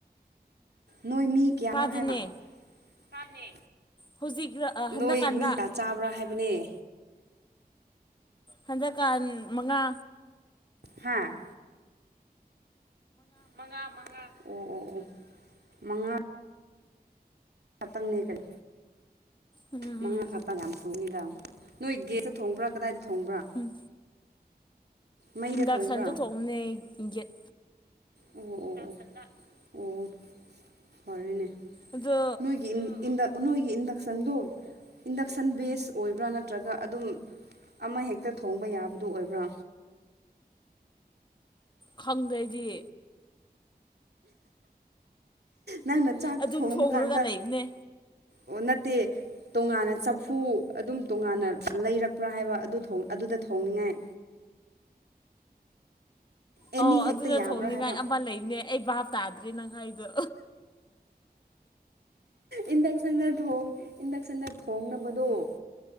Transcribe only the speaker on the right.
ꯅꯣꯏ ꯃꯤ ꯀꯌꯥꯅꯣ
ꯍꯥꯏꯕ ꯆꯅꯤ
ꯅꯣꯏ ꯃꯤꯒ ꯆꯥꯕ꯭ꯔꯥ ꯍꯥꯏꯕ ꯃ꯭ꯂ
ꯍꯥꯥ ꯃꯉꯥ ꯃꯉꯥ ꯑꯣ ꯑꯣ ꯑꯣ ꯃꯉꯥ ꯍꯥꯇꯪꯅꯦꯒꯟ
ꯃꯉꯥ
ꯈꯥꯇ ꯀ ꯗꯥ ꯅꯣꯏ ꯒꯦꯁꯇ ꯊꯣꯡꯕ꯭ꯔꯥ ꯀꯗꯥꯏꯗ ꯊꯣꯡꯕ꯭ꯔꯥ
ꯃꯩꯗ
ꯊꯣꯡꯕ꯭ꯔꯥ
ꯑꯣ ꯑꯣ ꯑꯣ ꯑꯣ ꯐꯔꯦꯅꯦ
ꯅꯣꯏꯒꯤ ꯏ ꯏꯟ ꯅꯣꯏꯒꯤ ꯏꯟꯗ ꯗꯛꯁꯟꯗ ꯏꯟꯗꯛꯁꯟ ꯕꯦꯖ ꯑꯣꯏꯕ꯭ꯔꯥ ꯅꯠꯇ꯭ꯔꯒ ꯑꯗꯨꯝ ꯑꯃꯍꯦꯛꯇ ꯊꯣꯡꯕ ꯌꯥꯕꯗꯨ ꯑꯣꯏꯕ꯭ꯔꯥ
ꯅꯪꯅ ꯆꯥꯛ
ꯊꯣꯡꯕ
ꯀꯥꯟꯗ
ꯑꯣ ꯅꯠꯇꯦ ꯇꯣꯉꯥꯟꯅ ꯆꯐꯨ ꯑꯗꯨꯝ ꯇꯣꯉꯥꯟꯅ ꯂꯩꯔꯛꯄ꯭ꯔꯥ ꯍꯥꯏꯕ ꯑꯗꯨ ꯑꯗꯨꯗ ꯊꯣꯡꯅꯤꯡꯉꯥꯏ ꯑꯦꯅꯤ
ꯍꯦꯛꯇ
ꯌꯥꯕ꯭꯭ꯔꯥ
ꯍꯥꯏꯕ
ꯏꯟꯗꯛꯁꯟꯗ ꯏꯟꯗꯛꯁꯟꯗ ꯊꯣꯡꯅꯕꯗꯣ